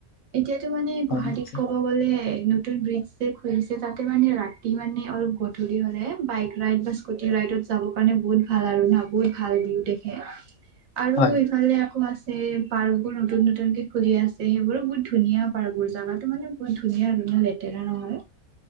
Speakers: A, on the right (about 70°); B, on the left (about 65°).
A: এতিয়াতটো মানে
B: হয়
A: গুৱাহাটীত
B: নিশ্চয়
A: ক'ব গ'লে নতুন ব্ৰিজ যে খুলিছে তাতে মানে ৰাতি মানে অলপ গধূলি হ'লে বাইক ৰাইড বা স্কুটি ৰাইড ত যাবৰ কাৰণে বহুত ভাল আৰু বহুত ভাল ভিউ দেখে। আৰু
B: হয়
A: ইফালে আকৌ আছে পাৰ্কবোৰ নতুন নতুনকে খুলি আছে সেই এইবোৰো বহুত ধুনীয়া পাৰ্কবোৰ জোগাটো মানে বহুত ধুনীয়া আৰু ইমান লেতেৰা নহয়।